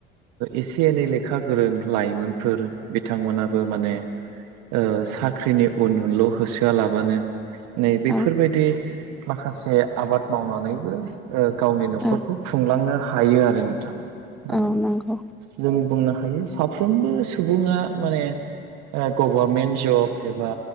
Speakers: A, on the right; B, in the centre.
A: एसे एनै लेखा गोरों लाइमोनफोर बिथांमोनाबो माने ओ साख्रिनि उन उनल' होसोआलाबानो नै बेफोरबायदि
B: औ
A: माखासे आबाद मावनानैबो ओ गावनि न'खरखौ
B: औ
A: खुंलांनो हायो आरो नोंथां माने
B: औ नंगौ
A: जों बुंनो हायो साफ्रोमबो सुबुङा माने ओ गभर्मेन्ट जब एबा